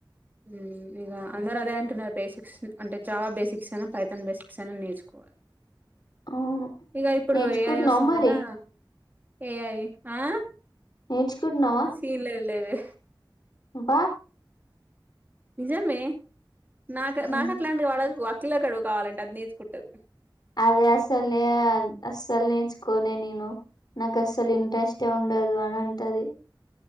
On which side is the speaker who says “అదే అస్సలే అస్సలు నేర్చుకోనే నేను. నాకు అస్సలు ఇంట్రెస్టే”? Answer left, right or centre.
Left